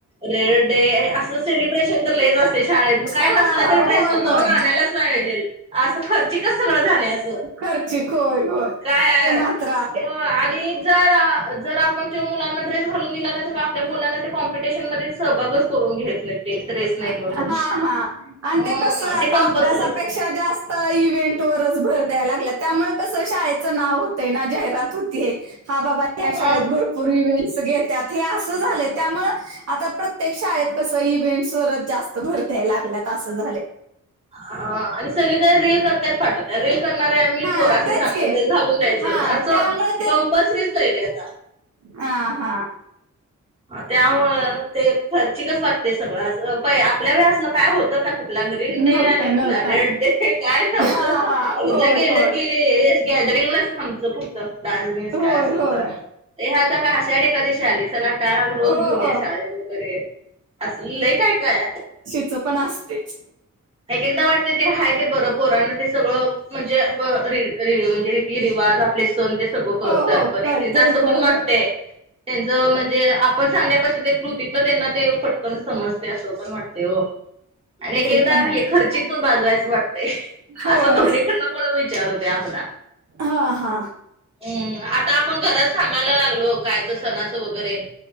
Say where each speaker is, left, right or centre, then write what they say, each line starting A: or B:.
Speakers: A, on the right; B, on the right.
A: रेड डे असलं सेलिब्रेशन तर लैच अस शाळेत काय
B: हा
A: नसला
B: हा
A: तर
B: होय
A: ड्रेस तो
B: होय
A: जावून आणायलाच पाहिजेल, असं खर्चिकच सगळं झाले असं.
B: खर्चीक होय होय.
A: काय
B: ते मात्र आहे
A: आणि, जर जर आपण मुलांना तो ड्रेस घालून दिला नाही तर, आपल्या मुलांना त्या कॉम्पिटिशनमध्ये सहभागचं करून घेत नाही. ते ड्रेस नाही
B: हा..
A: म्हणून
B: हा.. आणि ते
A: ह
B: कस आता
A: ते कंपल्सरीच
B: अभ्यासापेक्षा जास्त, तर इव्हेंट वरच भर द्यायला लागलेत, त्यामुळे कसं शाळेचं नाव होतंय ना जाहिरात होतीय. हा बाबा या शाळेत
A: अ
B: भर पूर इव्हेंटस घेत्यात हे असं झालंय, त्यामुळे आता प्रत्येक शाळेत कसं इव्हेंन्टस. स्तर जास्त भर द्याय लागलेत असं झाले.
A: ह.. आणि सगळी जण रील करत्यात पाठवत्यात. रील करणारे आम्ही
B: हां,
A: पोरासनी
B: तेच
A: चांगलं
B: की.
A: ड्रेस घालून द्यायचं,
B: हां,
A: असं
B: त्यामुळे
A: कंपलसरीच केले आता.
B: आ.. हा..
A: त्यामुळं ते खर्चिकच वाटते सगळं, असं प.. आपल्या वेळेला असल काय होतं का कुट कुठला ग्रीन
B: नव्हता,
A: डे आणि
B: नव्हता.
A: कुठला Red day. काय नव्हतं
B: हां, हां.
A: एकदा
B: होय,
A: गेलं
B: होय.
A: की, ते गॅदरिंगलाच आमचं फक्त डान्स बिन्स
B: होय,
A: काय असेल
B: होय.
A: तर, ए आता काय आषाढी एकादशी आली चला. काळ रोज
B: हो,
A: घेऊन
B: हो.
A: या शाळेत वगैरे, असलय काय काय
B: तसपण असतयच.
A: एक एकदा वाटत ते हाय, ते बरं पोरांना ते सगळं. म्हणजे, म्हणजे रीती रिवाज. आपले सण ते सगळं करतात.
B: हो हो
A: पण
B: कळतंय
A: एक एकदा असं
B: हो
A: पण वाटतंय.
B: हो
A: त्यांनच म्हणजे, आपण सांगण्यापासून ते कृतीतन त्यांना ते पट पण समजते असं पण वाटते हो, आणि एक
B: ते
A: एकदा
B: पण आहे
A: खर्चित पण बाजू आहे असं वाटते.
B: होय
A: असं दोन्ही कडनं पण विचार होते आपला.
B: हा हा.
A: हम्म. आता आपण घरात सांगायला लागलो काय तर सणाचं वगैरे,